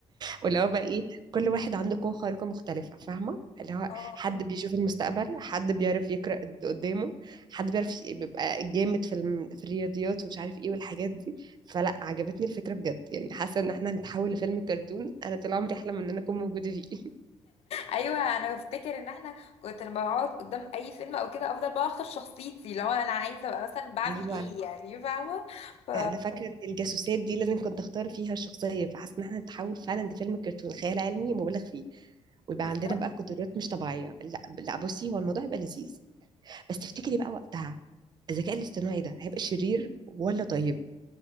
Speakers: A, on the right; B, on the left.
A: واللي هو بقى ايه كل واحد عنده قوه خارقه مختلفه فاهمه اللي هو
B: اه
A: حد بيشوف المستقبل حد بيعرف يقرا اللي قدامه حد بيعرف ي- بيبقى جامد في الم... في الرياضيات ومش عارف ايه والحاجات دي فلا عجبتني الفكره بجد يعني حاسه ان احنا هنتحول لفيلم كرتون انا طول عمري احلم ان انا اكون موجوده فيه <laughs>
B: ايوه انا بفتكر ان احنا كنت لما بقعد قدام اي فيلم او كده افضل بقى اختار شخصيتي لو انا عايزه ابقى مثلا بعمل
A: ايوه
B: ايه يعني فاهمه ف
A: انا فاكره ان الجاسوسات دي لازم كنت اختار فيها الشخصيه فحاسه ان احنا نتحول فعلا لفيلم كرتون خيال علمي مبالغ فيه ويبقى
B: بالظبط
A: عندنا بقى قدرات مش طبيعيه لا لا بصي هو الموضوع هيبقى لذيذ بس تفتكري بقى وقتها الذكاء الاصطناعي ده هيبقى شرير ولا طيب